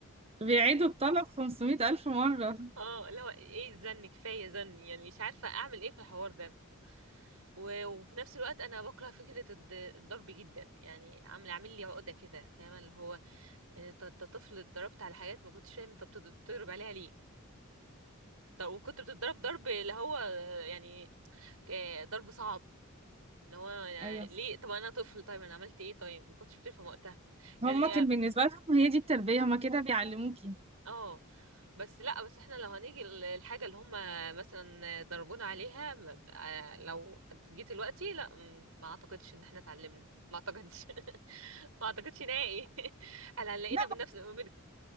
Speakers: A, on the right; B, on the right.
A: بيعيدوا الطلب 500 ألف مرة
B: <laughs> اه اللي هو ايه الزن كفايه زن يعني مش عارفه اعمل ايه في الحوار ده و... وفي نفس الوقت انا بكره فكره الض- الضرب جدا يعني عامل عامل لي عقده كده فاهمه اللي هو انت أنت طفل اتضربت على حاجات ما كنتش فاهم انت بتض- بتضرب عليها ليه ده وكنت بتضرب ضرب اللي هو يعني ك- ضرب صعب اللي هو يعني
A: أيوة
B: ليه طب انا طفل طيب انا عملت ايه طيب ما كنتش بتفهم وقتها
A: هما
B: يعني يعني
A: كان بالنسبة لهم هي دي التربية هما كده بيعلموكي
B: اه بس لا بس احنا لو هنيجي ال- الحاجة اللي هم مثلا ضربونا عليها ب- آه، لو جيت دلوقتي لا م- ما اعتقدش ان احنا اتعلمنا ما اعتقدش <laughs> ما اعتقدش نهائي <laughs> هل هنلاقينا
A: لا
B: بنفس بن-